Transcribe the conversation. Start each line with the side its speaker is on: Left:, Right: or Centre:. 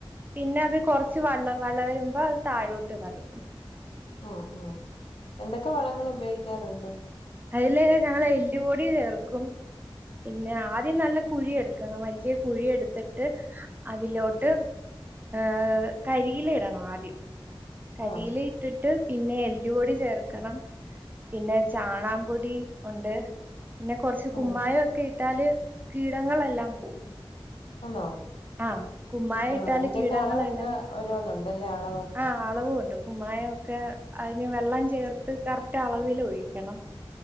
Right: പിന്നെ അത് കൊറച്ച് വള വളരുമ്പോ അത് താഴോട്ട് നടും
Left: ആഹ് ആഹ് എന്തൊക്കെ വളങ്ങളുപയോഗിക്കാറുണ്ട്
Right: അയില് ഞാന് എല്ലുപൊടി ചേർക്കും പിന്നെ ആദ്യം നല്ല കുഴിയെടുക്കണം വല്യയ കുഴി എടുത്തിട്ട് അതിലോട്ട് ഏഹ് കരിയില ഇടണം ആദ്യം കരിയില
Left: ആഹ്
Right: ഇട്ടിട്ട് പിന്നെ എല്ല്പൊടി ചേർക്കണം പിന്നെ ചാ റാംപൊടി ഒണ്ട് പിന്നെ കൊറച്ച് കുമ്മായം
Left: ഉം
Right: ഒക്കെ ഇട്ട് ഇട്ടാല് കീടങ്ങളെല്ലാം പോവും.
Left: ആന്നോ
Right: ആഹ് കുമ്മായം
Left: ആഹ്
Right: ഇട്ടാല്
Left: എന്റെയൊക്കെ
Right: കീടങ്ങളെല്ലാം
Left: അളവൊക്കെ ഓരോന്നുണ്ടല്ലേ അളവൊക്കെ
Right: ആഹ് അളവുണ്ട് കുമ്മായൊക്കെ അയിന് വെള്ളം ചേർത്ത് കറക്റ്റളവില് ഒഴിക്കണം.